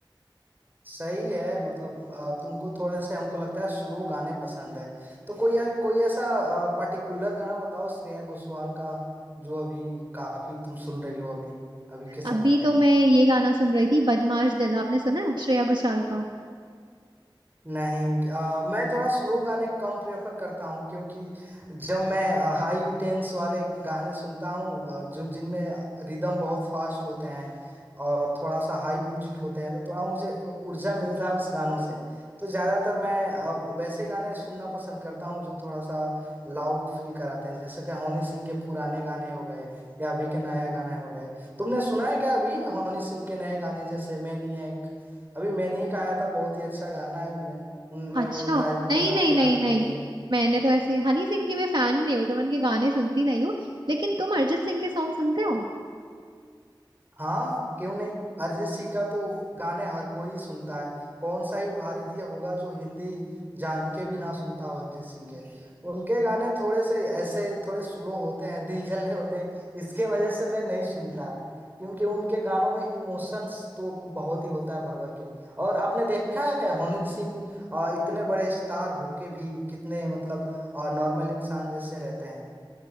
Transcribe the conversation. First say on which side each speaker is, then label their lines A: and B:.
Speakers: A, on the right; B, on the right.
A: सही है मतलब अ, तुमको थोड़े से हमको लगता है स्लो गाने पसंद है तो कोई कोई ऐसा पर्टिकुलर गाना बताओ श्रेया घोषाल का जो अभी काफी तुम सुन रही हो अभी अभी के समय
B: अभी
A: पे
B: तो मैं ये गाना सुन रही थी बदमाश दिल आपने सुना है श्रेया घोषाल का
A: नहीं अ, मैं थोड़ा स्लो गाने कम प्रेफर करता हूँ क्योंकि जब मैं हाई इंटेंस वाले गाने सुनता हूँ अ, जिन जिनमें रिदम बहुत फास्ट होते हैं और थोड़ा सा हाई म्यूजिक होते हैं तो थोड़ा मुझे उ- ऊर्जा मिलता है उस गानों से तो ज़्यादातर मैं अ, वैसे गाने सुनना पसंद करता हूँ जो थोड़ा सा लाउड फील कराते हैं जैसे कि हनी सिंह के पुराने गाने हो गए या अभी के नया गाने हो गए तुमने सुना है क्या अभी हनी सिंह के नए गाने जैसे मैनिएक अभी मैनिएक आया था बहुत ही अच्छा गाना है उनमें उनमें
B: अच्छा
A: वो ड्राइविंग
B: नहीं
A: बताते
B: नहीं नहीं
A: हैं हमें मैनिएक
B: नहीं मैंने तो ऐसे हनी सिंह की मैं फैन नहीं हूँ तो मैं उनके गाने सुनती नहीं हूँ लेकिन तुम अरिजीत सिंह के सॉन्ग सुनते हो
A: हाँ क्यों नहीं अरिजीत सिंह का तो गाने हर कोई सुनता है कौन सा ही भारतीय होगा जो हिंदी जान के भी ना सुनता हो अरिजीत सिंह के उनके गाने थोड़े से ऐसे थोड़े स्लो होते हैं दिल जले होते हैं इसके वजह से मैं नहीं सुनता क्योंकि उनके गानों में इमोशंस तो बहुत ही होता है भर भर के और आपने देखा है हनी सिंह अ, इतने बड़े स्टार होके भी कितने मतलब नॉर्मल इंसान जैसे रहते हैं